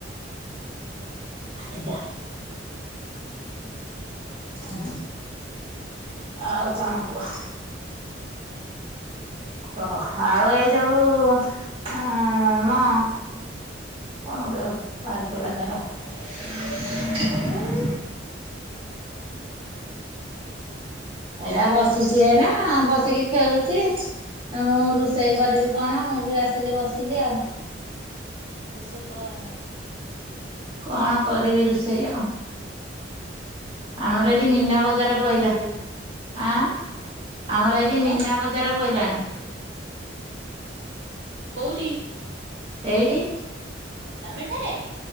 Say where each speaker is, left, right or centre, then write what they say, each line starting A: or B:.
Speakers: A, on the right (about 30°); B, on the right (about 65°).
A: ଏଇଟା ହୁଁ,
B: ଆଉ
A: ଆଉ କଣ କୁହ? ଓହୋ, ଆଉ ଏଇ ଯୋଉ ଉ ନ କଣ ଗୋଟେ ବାହାରି ପଇଲା ତାର ହଁ ଏଇଟା ବସିଚି ଏଇନା ବସିକି ଖେଳୁଛି। ମୁଁ ରୋଷେଇ କରିବି କଣ ମୁଁ ବି ଆସିଲି ବସିଲି ଆଉ।
B: ରୋଷେଇ କରନି ଆଉ।
A: କଣ କରିବି ରୋଷେଇ ଆଉ? ଆମର ଏଠି
B: ପୁଅ
A: ମୀନା
B: ଡ୍ୟୁଟି
A: ବଜାର
B: ଏ ଯୋଉ
A: ପଇଲା। ଆଁ? ଆମର
B: କହିଲି
A: ଏଇଠି
B: ପୁଅ
A: ମୀନା ବଜାର ପଇଲାଣି।
B: କୋଉଠି?
A: ଏଇଠି।
B: ତମେ ଠାରେ।